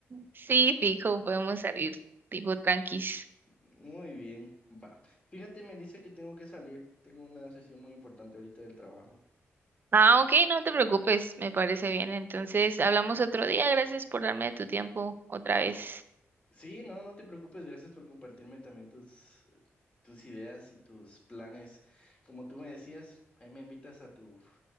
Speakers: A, on the right; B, on the left.
A: Sí, fijo, podemos salir tipo tranquis.
B: Muy bien, va. Fíjate, me dice que tengo que salir. Tengo una sesión muy importante ahorita del trabajo.
A: Ah, ok, no te preocupes, me parece bien. Entonces, hablamos otro día. Gracias por darme tu tiempo otra vez.
B: Sí, no, no te preocupes. Gracias por compartirme también tus, tus ideas y tus planes. Como tú me decías, ahí me invitas a tu,